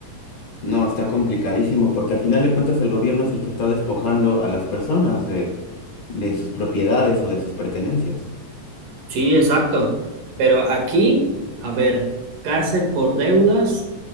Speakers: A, on the left; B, on the right.
A: no, está complicadísimo porque al final de cuentas el gobierno es el que está despojando a las personas de, de sus propiedades o de sus pertenencias.
B: sí, exacto. Pero aquí, a ver, cárcel por deudas